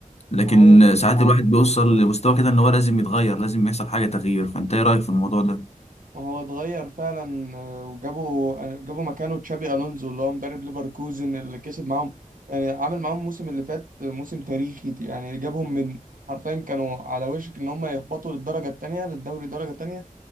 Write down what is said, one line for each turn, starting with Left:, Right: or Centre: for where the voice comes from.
Left: لكن
Right: ما هو
Left: آه، ساعات اه الواحد بيوصل لمستوى كده ان هو لازم يتغير لازم يحصل حاجة تغيير فانت ايه رأيك في الموضوع ده؟
Right: ما هو اتغير فعلا آه، وجابوا آه، جابوا مكانه تشابي ألونزو اللي هو مدرب ليفركوزن اللي كسب معاهم يعني عامل معاهم الموسم اللي فات آه، موسم تاريخي يعني جابهم من حرفيا كانوا على وشك ان هم يهبطوا للدرجة التانية للدوري الدرجة التانية